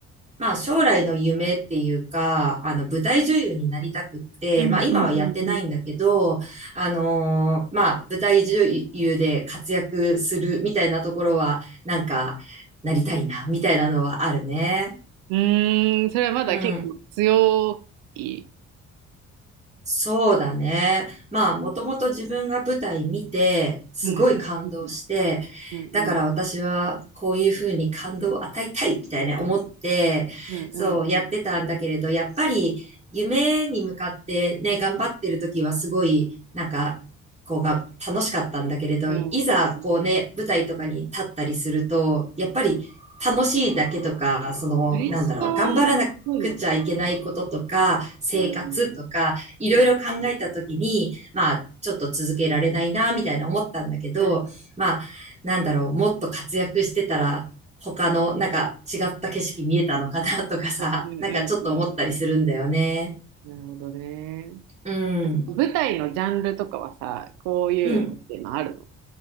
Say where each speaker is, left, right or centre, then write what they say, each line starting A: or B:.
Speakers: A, on the right; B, on the right.
A: まあ将来の夢っていうか、あの舞台女優になりたくって、
B: うんうんうん
A: まあ今はやってないんだけど、あのーまあ舞台女優で活躍するみたいなところは、なんか、なりたいな、みたいなのはあるね。
B: うん。うーん、それはまだ結構強い。
A: うん。そうだね。まあ、もともと自分が舞台見て、すごい感動して、
B: うんうんうんうん
A: だから私はこういうふうに感動を与えたいみたいな思って、
B: うんうん
A: そうやってたんだけれど、やっぱり夢に向かってね、頑張ってる時はすごい、なんか、こうが楽しかったんだけれど、
B: うんうんうんうん。
A: いざこうね、舞台とかに立ったりすると、やっぱり楽しいだけとか、その、
B: プレッシャーっぽいよね。
A: なんだろう、頑張らなくちゃいけないこととか、生活とか、
B: うん、うん、
A: いろいろ考えたときに、
B: うん、うん、
A: まあ、ちょっと続けられないな、みたいな思ったんだけど、
B: うん、
A: まあ、なんだろう、もっと活躍してたら、他の、なんか違った景色見えたのかなとかさ、
B: うん、
A: <laughs> なんかちょっと思ったりするんだよね。
B: なるほどね。
A: うん。
B: 舞台のジャンルとかはさ、こういうのっていうのあるの
A: うん。